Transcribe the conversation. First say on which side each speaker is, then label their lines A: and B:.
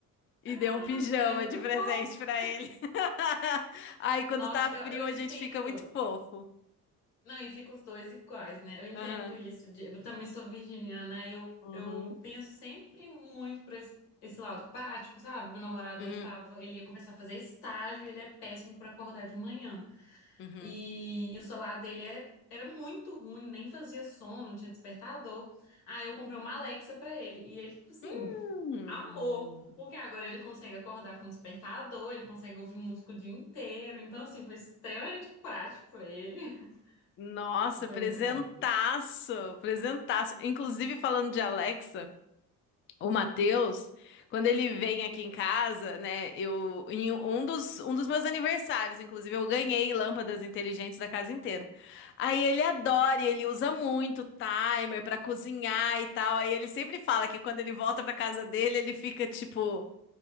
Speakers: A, on the left; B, on the left.
A: E
B: Ah,
A: dei um pijama
B: é muito
A: de presente
B: fofo.
A: pra ele. <laughs> Aí quando
B: Nossa,
A: tá frio,
B: eu, eu entendo.
A: a gente fica muito fofo.
B: Não, e fica os dois iguais, né? Eu entendo
A: Aham.
B: isso. de- eu também sou virginiana, aí eu,
A: Uhum.
B: eu penso sempre muito por esse, esse lado prático, sabe? Meu namorado,
A: Uhum,
B: ele tava, ele ia começar a fazer estágio, e ele é péssimo pra acordar de manhã.
A: uhum.
B: E, e o celular dele é- era muito ruim, nem fazia som, não tinha despertador. Aí eu comprei uma Alexa pra ele. E ele, tipo assim,
A: Hum.
B: amor. Porque agora ele consegue acordar com despertador, ele consegue ouvir música o dia inteiro. Então, assim, foi extremamente prático pra ele. <laughs>
A: Nossa,
B: Foi
A: presentaço,
B: muito bom.
A: presentaço. Inclusive, falando de Alexa, o Matheus, quando ele vem aqui em casa, né, eu, em um dos, um dos meus aniversários, inclusive, eu ganhei lâmpadas inteligentes da casa inteira. Aí ele adora, e ele usa muito timer para cozinhar e tal. Aí ele sempre fala que quando ele volta para casa dele, ele fica tipo,